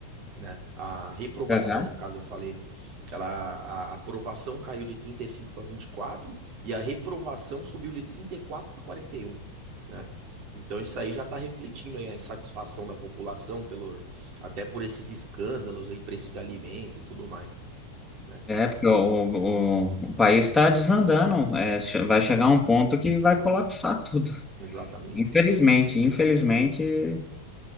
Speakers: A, on the right; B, in the centre.
A: né? A reprovação,
B: Aham.
A: no caso, eu falei, ela, a a aprovação caiu de 35 para vinte e quatro e a reprovação subiu de 34 para quarenta e um né? Então isso aí já está refletindo aí a insatisfação da população pelo até por esses escândalos aí, preço de alimento e tudo mais, né?
B: É, porque o, o, o país está desandando. É, che- vai chegar um ponto que vai colapsar tudo.
A: Exatamente.
B: Infelizmente, infelizmente, eu